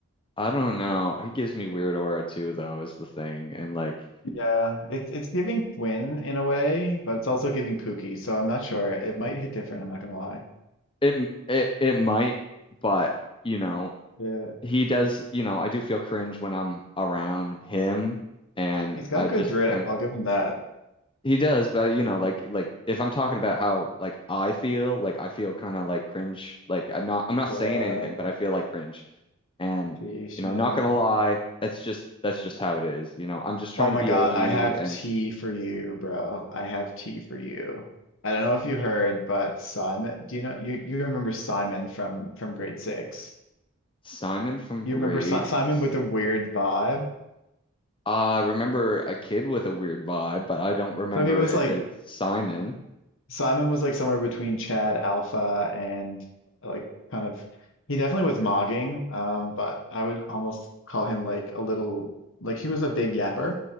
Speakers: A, on the left; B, on the left.
A: I don't know. He gives me weird aura too, though, is the thing. And like
B: Yeah, it's it's giving Quinn in a way, but it's also giving Pookie, so I'm not sure. It might hit different, I'm not gonna lie.
A: It it it might, but you know,
B: Yeah.
A: he does, you know, I do feel cringe when I'm around him and
B: He's got
A: I just
B: good drip,
A: kind of
B: I'll give him that.
A: he does, but you know, like like if I'm talking about how like I feel, like I feel kind of like cringe, like I'm not I'm not
B: Yeah,
A: saying anything, but I feel like cringe. And
B: Fish
A: you know,
B: man.
A: not gonna lie, that's just that's just how it is. You know, I'm just trying
B: Oh my
A: to be
B: God,
A: OG
B: I have
A: and
B: tea for you, bro. I have tea for you. I don't know if you heard, but Simon, do you know you you remember Simon from from grade six?
A: Simon from
B: You
A: grades.
B: remember si Simon with the weird vibe?
A: I remember a kid with a weird vibe, but I don't remember
B: So he was
A: if
B: like
A: it's Simon.
B: Simon was like somewhere between Chad Alpha and like kind of he definitely was mogging, um, but I would almost call him like a little like he was a big yapper.